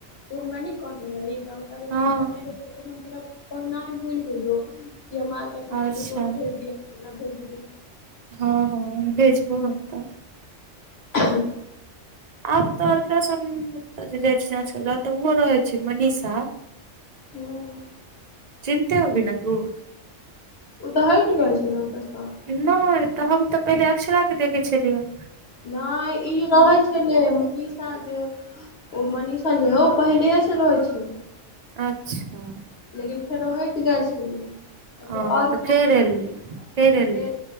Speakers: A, on the left (about 60°); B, on the right (about 50°).
A: तू हमरा नै कहने रहियै तऽ स
B: हँ
A: बात करने रहि। लेकिन हम तोरा कहनाइ भूलि गेलियौ की हमरा अल्ट्रासाउण्डके
B: अच्छा
A: रिपोर्ट भेज दिअ। मतलब भेजि दे।
B: हां हां भेजबो हम तऽ।
A: ह <inaudible>
B: आब तऽ अल्ट्रासाउण्डऽ जे ओते जाइ छै, जाँच करैला तऽ ओहो रहै छैय, मनीषा।
A: हूँ
B: चिन्हते होबी ने तू।
A: उ तेय हटि गेल छलै, ओतऽसे।
B: नै तऽ हम तऽ पहिले अक्षरा के देखै छलियै।
A: नैय ई रहै छलै। मनीषा जे ओ मनीषा जे हौ पहिलेसे रहै छलै।
B: अच्छा
A: लेकिन फेरो हइट जाइ छलै। कतोऽ
B: ओ
A: और
B: तऽ
A: काम
B: फेर
A: करतै
B: एलै
A: ते
B: एलै
A: फेर